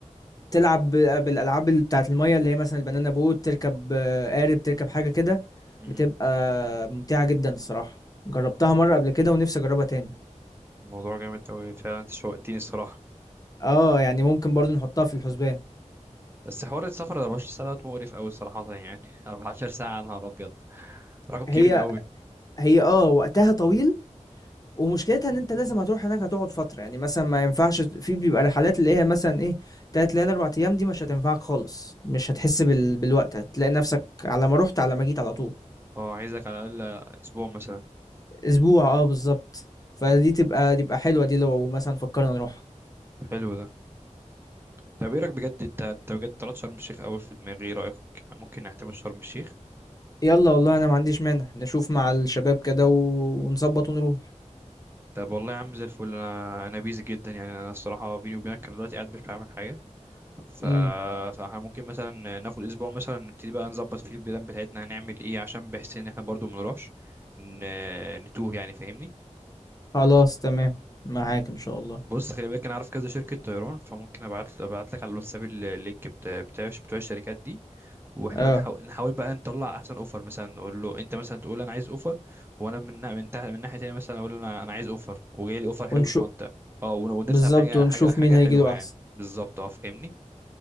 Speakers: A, on the left; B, on the right.
A: تلعب بال- بالالعاب اللي بتاعت المية اللي هي مثلا البنانا بوت تركب آه، قارب تركب حاجة كده
B: م-
A: بتبقى ممتعة جدا الصراحة جربتها مرة قبل كده ونفسي اجربها تاني
B: الموضوع جامد أوي فعلا انت شوقتني الصراحة
A: اه يعني ممكن برضو نحطها في الحسبان
B: بس حوار السفر 24 ساعة دوت مقرف أوي صراحة يعني <laughs> 14 ساعة يا نهار أبيض رقم كبير
A: هي
B: أوي
A: هي آه، وقتها طويل ومشكلتها إن أنت لازم هتروح هناك هتقعد فترة، يعني مثلًا ما ينفعش في بيبقى رحلات اللي هي مثلًا إيه 3 ليالي 4 أيام دي مش هتنفعك خالص، مش هتحس بال بالوقت هتلاقي نفسك على ما رُحت على ما جيت على طول،
B: اه عايزك على الأقل أسبوع مثلا
A: أسبوع آه بالضبط، فدي تبقى تبقى حلوة دي لو مثلًا فكرنا نروحها،
B: حلو ده طب ايه رأيك بجد انت انت بجد طلعت شرم الشيخ أوي في دماغي ايه رأيك ممكن نعتمد شرم الشيخ
A: يالّا والله أنا ما عنديش مانع نشوف مع الشباب كده و ونضبط ونروح،
B: طب والله يا عم زي الفل انا انا بيزي جدا يعني انا الصراحه بيني وبينك انا دلوقتي قاعد مش بعمل حاجه ف...
A: إمم،
B: فاحنا ممكن مثلا ناخد اسبوع مثلا نبتدي بقى نظبط فيه البلان بتاعتنا هنعمل ايه عشان بحس ان احنا برضو منروحش ن... نتوه يعني فاهمني
A: خلاص تمام، معاك
B: ماشي.
A: إن شاء الله،
B: بص خلي بالك انا عارف كذا شركه طيران فممكن ابعت ابعت لك على الواتساب اللينك بتاع بتاع بتوع الشركات دي واحنا
A: آه،
B: نحاو- نحاول بقى نطلع احسن اوفر مثلا نقول له انت مثلا تقول انا عايز اوفر وانا من نا- من تحت من ناحيه تانية مثلا اقول انا انا عايز اوفر وجاي لي اوفر حلو
A: ونشو
B: في منطقه اه ون- ونرسل
A: بالضبط
B: على حاجه
A: ونشوف
B: حاجه حاجه
A: مين هييجي
B: حلوه
A: له
B: يعني
A: أحسن.
B: بالظبط اه فاهمني